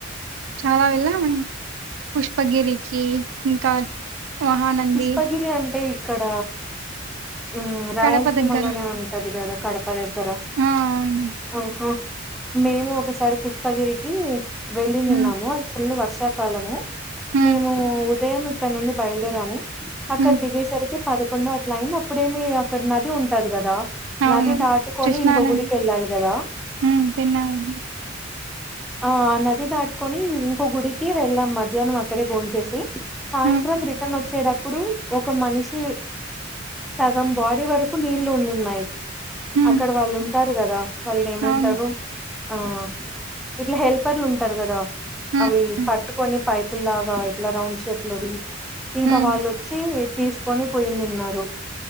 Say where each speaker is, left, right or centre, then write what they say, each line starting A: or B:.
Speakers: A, on the right; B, in the centre.
A: చాలా వెళ్ళమను పుష్పగిరికి ఇంకా మహానంది,
B: పుష్పగిరి అంటే ఇక్కడ ఉమ్ రాయలసీమలోనే
A: కడప దగ్గర.
B: ఉన్ టాది కదా కడప దగ్గర
A: ఆ! అవును.
B: ఆహా మేము ఒకసారి పుష్పగిరికి వెళ్ళినిన్నాము
A: హ్మ్.
B: అది ఫుల్ వర్షం కాలము
A: హ్మ్.
B: మేము ఉదయం ఇక్కడ నుండి బయలుదేరాము అక్కడ
A: హ్మ్.
B: దిగేసరికి పదకొండు అట్లా అయింది అప్పుడేమి అక్కడ నది ఉంటది కదా.
A: అవును.
B: నది దాటుకొని
A: కృష్ణానది.
B: ఇంకొ గుడికి వెళ్ళాలి కదా
A: హ్మ్. పెన్నా నది.
B: ఆ ఆ నది దాటుకొని ఇంకో గుడికి వెళ్ళాం మధ్యాహ్నం అక్కడే భోంచేసి. సాయంత్రం
A: హ్మ్.
B: రిటర్న్ వచ్చేటప్పుడు ఒక మనిషి సగం బాడీ వరకు నీళ్ళు వున్నిన్నాయ్
A: హ్మ్.
B: అక్కడ వాళ్ళు ఉంటారు కదా వాళ్ళని ఏమంటారు
A: అవును.
B: ఆ ఇట్లా హెల్పర్లు ఉంటారు కదా
A: హ్మ్.
B: అవి
A: హ్మ్.
B: పట్టుకొని పై పుల్లాగా ఇట్లా రౌండ్ షేప్లో ఇంకా
A: హ్మ్.
B: వాళ్ళోచ్చి తీసుకొని పొయిన్నిన్నారు